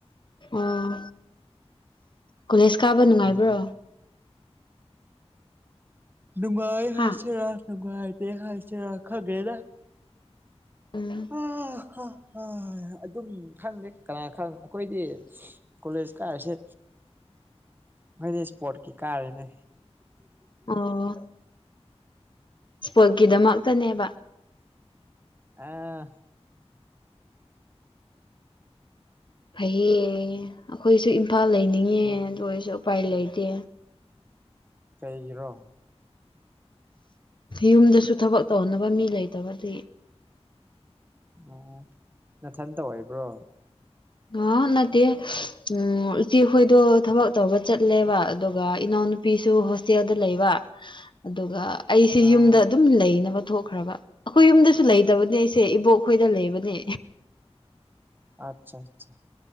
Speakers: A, on the left; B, on the right.
A: ꯑꯣ ꯀꯣꯂꯦꯖ ꯀꯥꯕ ꯅꯨꯡꯉꯥꯏꯕ꯭ꯔꯣ
B: ꯎꯝ ꯅꯨꯡꯉꯥꯏ ꯍꯥꯏꯁꯔꯥ
A: ꯍꯥ
B: ꯅꯨꯡꯉꯥꯏꯇꯦ ꯍꯥꯏꯁꯤꯔ ꯈꯪꯗꯦꯗ
A: ꯎꯝ
B: ꯍꯥ ꯍꯥ ꯍꯥ ꯑꯗꯨꯝ ꯈꯪꯗꯦ ꯀꯅꯥ ꯈꯪ ꯑꯩꯈꯣꯏꯗꯤ ꯀꯣꯂꯦꯖ ꯀꯥꯔꯤꯁꯦ ꯈꯣꯏꯗꯤ ꯁ꯭ꯄꯣꯔꯠꯀꯤ ꯀꯥꯔꯤꯅꯦ
A: ꯑꯣ ꯁ꯭ꯄꯣꯔꯠꯀꯤꯗꯃꯛꯇꯅꯦꯕ
B: ꯑꯥ
A: ꯐꯩꯌꯦ ꯑꯩꯈꯣꯏꯁꯨ ꯏꯝꯐꯥꯜ ꯂꯩꯅꯤꯡꯉꯦ
B: ꯎꯝ
A: ꯑꯗꯨ ꯑꯣꯏꯔꯁꯨ ꯎꯄꯥꯏ ꯂꯩꯇꯦ
B: ꯀꯩꯒꯤꯔꯣ
A: ꯌꯨꯝꯗꯁꯨ ꯊꯕꯛ ꯇꯧꯅꯕ ꯃꯤ ꯂꯩꯇꯕ ꯗꯨꯒꯤ
B: ꯑꯣ ꯅꯊꯟꯇ ꯑꯣꯏꯕ꯭ꯔꯣ
A: ꯉꯦ ꯅꯠꯇꯦ ꯎꯝ ꯏꯆꯦꯈꯣꯏꯗꯣ ꯊꯕꯛ ꯇꯧꯕ ꯆꯠꯂꯦꯕ ꯑꯗꯨꯒ ꯏꯅꯥꯎꯅꯨꯞ ꯄꯤꯁꯨ ꯍꯣꯁꯇꯦꯜꯗ ꯂꯩꯕ ꯑꯗꯨꯒ ꯑꯩꯁꯤ
B: ꯑꯥ
A: ꯌꯨꯝꯗ ꯑꯗꯨꯝ ꯂꯩꯅꯕ ꯊꯣꯛꯈ꯭ꯔꯕ ꯑꯩꯈꯣꯏ ꯌꯨꯝꯗꯁꯨ ꯂꯩꯇꯕꯅꯦ ꯑꯩꯁꯦ ꯏꯕꯣꯛ ꯈꯣꯏꯗ ꯂꯩꯕꯅꯦ
B: ꯑꯠꯆꯥꯆꯥ